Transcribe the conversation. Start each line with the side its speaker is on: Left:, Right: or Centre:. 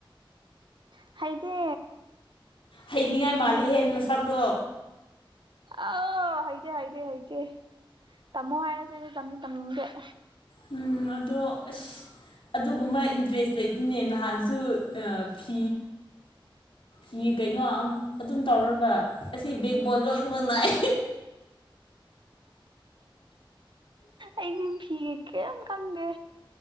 Right: ꯍꯩꯗꯦ
Left: ꯍꯩꯅꯤꯡꯉꯥꯏ ꯃꯥꯜꯂꯤ ꯍꯦ ꯅꯁꯥꯛꯇꯣ
Right: ꯑ ꯍꯩꯗꯦ ꯍꯩꯗꯦ ꯍꯩꯇꯦ ꯇꯝꯃꯣ ꯍꯥꯏꯔꯁꯨ ꯑꯩꯗꯤ ꯇꯝꯗꯤ ꯇꯝꯅꯤꯡꯗꯦ
Left: ꯎꯝ ꯑꯗꯣ ꯑꯁ ꯑꯗꯨꯒꯨꯝꯕ ꯏꯟꯇꯔꯦꯁ ꯂꯩꯇꯦꯅꯦ ꯅꯍꯥꯟꯁꯨ ꯐꯤ ꯍꯤ ꯀꯩꯅꯣ ꯑꯗꯨꯝ ꯇꯧꯔꯒ ꯑꯁꯤ ꯕꯦꯛꯕꯣꯟ ꯂꯣꯏꯅꯃꯛ ꯅꯥꯏ
Right: ꯑꯩꯗꯤ ꯐꯤꯒ ꯀꯩꯝ ꯈꯪꯗꯦ